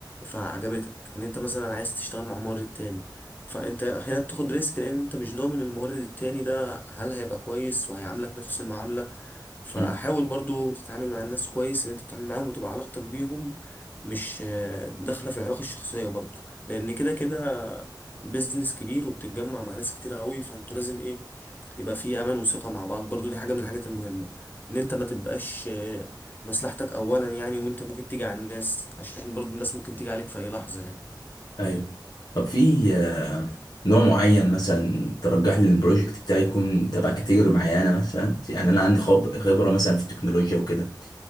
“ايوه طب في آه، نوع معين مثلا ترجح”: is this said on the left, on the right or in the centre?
Left